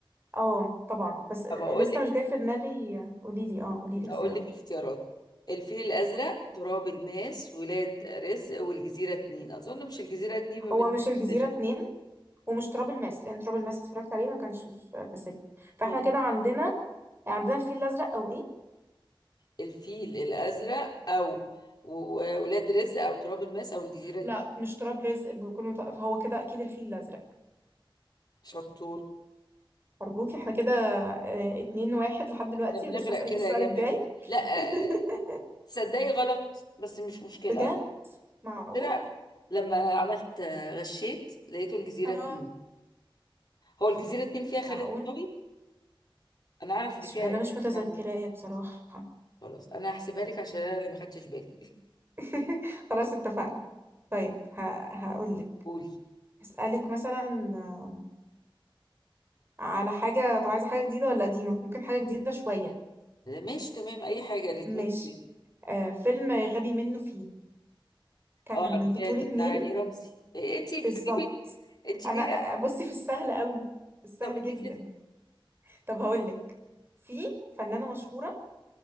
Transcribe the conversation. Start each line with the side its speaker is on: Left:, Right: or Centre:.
Right: اه طبعا بس
Left: طب اقول
Right: لسه
Left: لك
Right: مش جاي في دماغي قولي لي اه قولي لي اختيارات
Left: اقول لك اختيارات الفيل الازرق تراب الماس ولاد رزق والجزيره اتنين اظن مش الجزيره اتنين بما
Right: هو
Left: انك
Right: مش
Left: محتاجة.
Right: الجزيرة اتنين ومش تراب الماس لأن تراب الماس اتفرجت عليه ما كانش في في السجن فاحنا
Left: مم.
Right: كده عندنا عندنا الفيل الأزرق أو إيه؟
Left: الفيل الازرق او و- ولاد رزق او تراب الماس او الجزيره اتنين
Right: لا مش تراب رزق بكل متوقف هو كده أكيد الفيل الأزرق
Left: شطور
Right: أرجوك احنا كده اه اتنين واحد لحد دلوقتي
Left: احنا بنغرق
Right: ولسه هسألك
Left: كده
Right: السؤال
Left: يا
Right: الجاي
Left: جماعه لا
Right: <laughs>
Left: آه، تصدقي غلط بس مش مشكله
Right: بجد معقول؟
Left: طلع لما عملت آه، غشيت لقيته الجزيره
Right: اه
Left: اتنين هو الجزيره اتنين فيها خالد
Right: معقول؟
Left: صاوي انا اعرف ان
Right: مش-
Left: فيها
Right: أنا مش متذكراه
Left: إسلام.
Right: بصراحة
Left: خلاص انا هحسبها لك عشان انا اللي ما خدتش بالي
Right: <laughs> خلاص اتفقنا طيب هقول لك
Left: قولي
Right: هسألك مثلا آه، على حاجة طب عايزة حاجة جديدة ولا قديمة؟ ممكن حاجة جديدة شوية
Left: ماشي تمام اي حاجه الاتنين
Right: ماشي
Left: تمام
Right: آه فيلم غبي منه فيه كان
Left: اه عارفاه
Right: من بطولة
Left: ده بتاع
Right: مين
Left: هاني رمزي إيه، انتي بتكتبي
Right: بالظبط
Left: انتي
Right: انا
Left: ليه
Right: آه، آه، بصي في السهل قوي في السهل
Left: طب ليه
Right: جدا
Left: كده
Right: طب هقولك في فنانة مشهورة